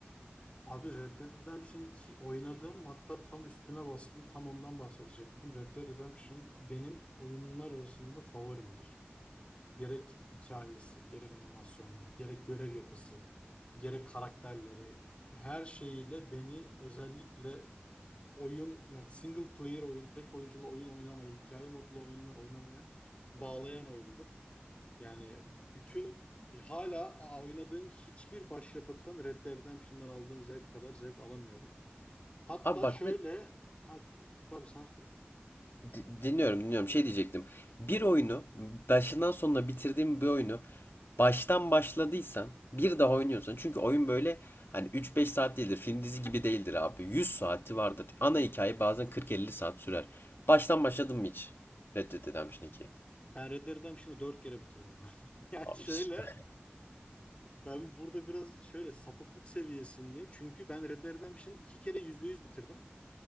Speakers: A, on the left; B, on the left.
A: Abi Red Dead Redemption 2 oynadım. Hatta tam üstüne bastım. Tam ondan bahsedecektim. Red Dead Redemption benim oyunlar arasında favorimdir. gerek hikayesi, gerek animasyonları, gerek görev yapısı, gerek karakterleri her şeyiyle beni özellikle oyun yani single player oyun, tek oyunculu oyun oynamaya, hikaye modlu oyunlar oynamaya bağlayan oyundur. Yani bütün hala a- oynadığım hiçbir başyapıttan Red Dead Redemption'dan aldığım zevk kadar zevk alamıyorum. Hatta
B: Abi bak
A: şöyle ha, tabii sen sor.
B: Di- Dinliyorum, dinliyorum. Şey diyecektim. Bir oyunu başından sonuna bitirdiğim bir oyunu baştan başladıysan bir daha oynuyorsan çünkü oyun böyle hani üç beş saat değildir. Film dizi gibi değildir abi. 100 saati vardır. Ana hikaye bazen kırk elli saat sürer. Baştan başladın mı hiç? Red Dead Redemption 2.
A: Ben Red Dead Redemption'ı dört kere bitirdim abi. <laughs> Yani
B: Abi
A: şöyle
B: süper.
A: Ben burada biraz şöyle sapıklık seviyesindeyim. Çünkü ben Red Dead Redemption'ı iki kere %100 bitirdim.